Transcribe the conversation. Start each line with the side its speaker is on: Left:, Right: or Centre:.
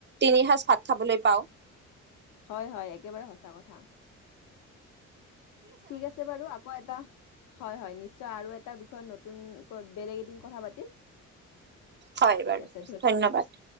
Right: তিনি সজ ভাত খাবলৈ পাও
Left: হয় হয় একেবাৰে সঁচা কথা ঠিক আছে বাৰু আকৌ এটা হয় হয় নিশ্চয় আৰু এটা বিষয়ত নতুন বেলেগ এদিন কথা পাতিম
Right: হয়
Left: ঠিক
Right: বাৰু
Left: আছে
Right: ধন্যবাদ